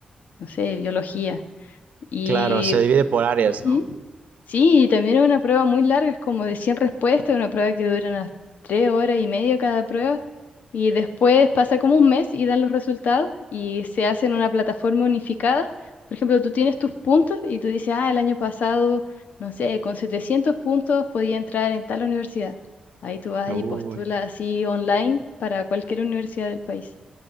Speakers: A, on the left; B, on the right.
A: no sé, biología. Y
B: Claro, se divide por áreas,
A: Ujú.
B: ¿no?
A: Sí, y también es una prueba muy larga, es como de 100 respuestas, una prueba que dura unas 3 horas y media cada prueba, y después pasa como un mes y dan los resultados y se hace en una plataforma unificada. Por ejemplo, tú tienes tus puntos y tú dices, ah, el año pasado, no sé, con 700 puntos podía entrar en tal universidad. Ahí tú vas
B: Uy,
A: y postulas así online para cualquier universidad del país.